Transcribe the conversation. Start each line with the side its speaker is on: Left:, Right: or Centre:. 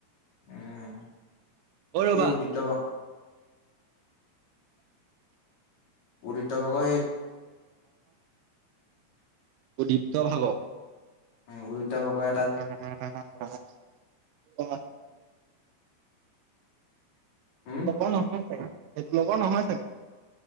Left: উম।
Right: ঐ ৰ'বা!
Left: এই উদিপ্ত বা উদীপ্ত লগত
Right: <inaudible> উদীপ্ত ভাগ
Left: উম, উদীপ্ত লগৰে
Right: <unintelligible>
Left: উম
Right: লগৰ নহয় চাগে, সেইটো লগৰ নহয় চাগে।